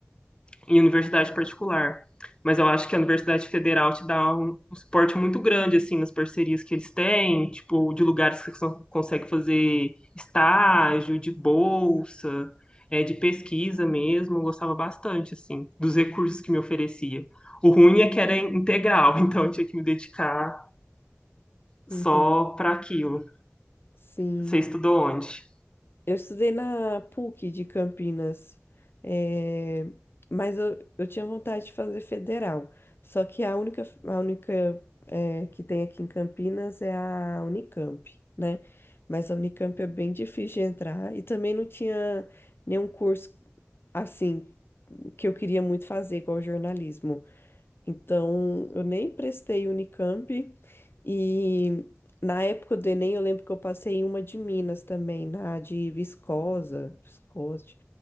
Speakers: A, on the left; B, on the left.
A: em universidade particular, mas eu acho que a Universidade Federal te dá um, um suporte muito grande, assim, nas parcerias que eles têm, tipo, de lugares que você consegue fazer estágio, de bolsa, é, de pesquisa mesmo. Eu gostava bastante, assim, dos recursos que me oferecia. O ruim é que era integral, <laughs> então eu tinha que me dedicar só
B: Uhum.
A: para aquilo.
B: Sim.
A: Você estudou onde?
B: Eu estudei na PUC de Campinas, eh, mas eu, eu tinha vontade de fazer federal. Só que a única, a única eh, que tem aqui em Campinas é a Unicamp, né? Mas a Unicamp é bem difícil de entrar e também não tinha nenhum curso assim que eu queria muito fazer, igual jornalismo. Então, eu nem prestei Unicamp e na época do Enem eu lembro que eu passei em uma de Minas também, na de Viscosa, Viscoste,